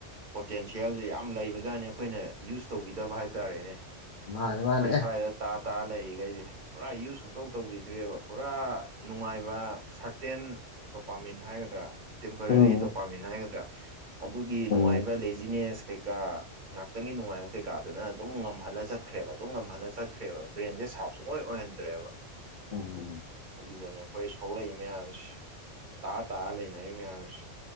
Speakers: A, on the right; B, on the left.
A: ꯄꯣꯇꯦꯟꯁꯤꯌꯦꯜꯁꯦ ꯌꯥꯝ ꯂꯩꯕ ꯖꯥꯠꯅꯦ ꯑꯩꯈꯣꯏꯅ ꯌꯨꯁ ꯇꯧꯕꯤꯗꯕ ꯍꯥꯏꯇꯥꯔꯦꯅꯦ ꯑꯩꯈꯣꯏ
B: ꯃꯥꯅꯦ ꯃꯥꯅꯦ ꯑꯦ
A: ꯁ꯭ꯋꯥꯏꯗ ꯇꯥ ꯇꯥ ꯂꯩꯔꯤꯈꯩꯁꯦ ꯄꯨꯔꯥ ꯌꯨꯁ ꯁꯨꯡꯇꯧ ꯇꯧꯕꯤꯗ꯭ꯔꯦꯕ ꯄꯨꯔꯥ ꯅꯨꯡꯉꯥꯏꯕ ꯁꯥꯔꯇꯦꯟ ꯗꯣꯄꯥꯃꯤꯟ ꯍꯥꯏꯒꯗ꯭ꯔꯥ ꯇꯦꯝꯄꯔꯔꯤ
B: ꯎꯝ
A: ꯗꯣꯄꯥꯔꯠꯃꯦꯟ ꯍꯥꯏꯒꯗ꯭ꯔꯥ ꯑꯗꯨꯒꯤ
B: ꯎꯝ
A: ꯅꯨꯡꯉꯥꯏꯕ ꯂꯦꯖꯤꯅꯦꯁ ꯀ ꯉꯥꯏꯍꯥꯛꯇꯪꯒꯤ ꯅꯨꯡꯉꯥꯏꯕ ꯀꯩꯀꯥꯗꯨꯅ ꯑꯗꯨꯝ ꯉꯝꯍꯜꯂ ꯆꯠꯈ꯭ꯔꯦꯕ ꯑꯗꯨꯝ ꯉꯝꯍꯜꯂ ꯆꯠꯈ꯭ꯔꯦꯕ ꯕ꯭ꯔꯦꯟꯁꯦ ꯁꯥꯔꯞ ꯁꯨꯡꯂꯣꯏ ꯑꯣꯏꯍꯟꯗ꯭ꯔꯦꯕ
B: <unintelligible>
A: ꯑꯗꯨꯗꯅꯦ ꯑꯩꯈꯣꯏ ꯁꯣꯛꯂꯛꯏ ꯃꯌꯥꯝꯁꯤ ꯇꯥ ꯇꯥ ꯂꯩꯅꯔꯤ ꯃꯌꯥꯝꯁꯤ